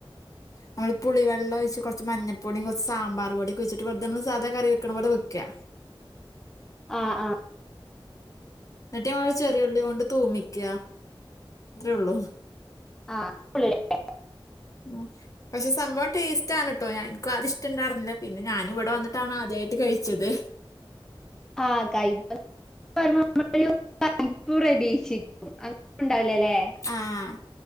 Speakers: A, on the left; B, in the centre.
A: നമ്മള് പുളിവെള്ളൊഴിച്ച് കൊറച്ച് മഞ്ഞപ്പൊടിം കൊറച്ച് സാമ്പാറ് പൊടിംഒക്കെ ഒഴ്ച്ചിട്ട് വെറുതെ നമ്മള് സാധാ കറി വെക്ക്ണ പോലെ വെക്കാ
B: ആഹ് ആഹ്
A: ന്നിട്ട് നമ്മള് ചെറി ഉള്ളി കൊണ്ട് തൂമിക്ക അത്രേ ഉള്ളു
B: ആഹ് <unintelligible>
A: ഉം പക്ഷെ സംഭവം ടേസ്റ്റ് ആണ് ട്ടോ ഞ എനിക്കും അതിഷ്ടണ്ടാർന്നില്ല പിന്നെ ഞാനു ഇവിടെ വന്നിട്ടാണ് ആദ്യായിട്ട് കഴിച്ചത്
B: ആഹ് കയിപ്പ് <unintelligible> കയ്പ്പ് പ്രതീക്ഷിക്കും അങ്ങന ഉണ്ടാവിലല്ലേ
A: ആഹ്